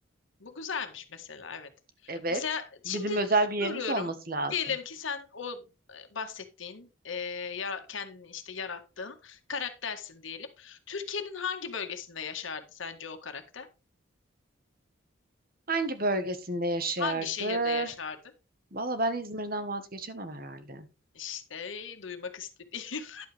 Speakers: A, on the left; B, on the right.
A: Bu güzelmiş mesela. Evet.
B: Evet.
A: Mesela şimdi
B: Bizim özel bir yerimiz
A: soruyorum.
B: olması lazım.
A: Diyelim ki sen o e, bahsettiğin e, yara- kendini işte yarattığın karaktersin diyelim. Türkiye'nin hangi bölgesinde yaşardı sence o karakter?
B: Hangi bölgesinde yaşardı?
A: Hangi şehirde yaşardı?
B: Valla ben İzmir'den vazgeçemem herhalde.
A: İşte duymak istediğim.